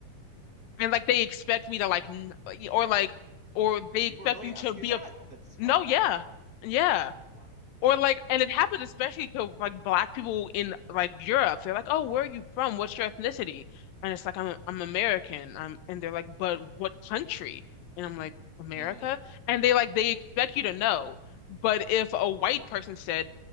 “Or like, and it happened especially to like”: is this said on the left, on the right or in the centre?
Left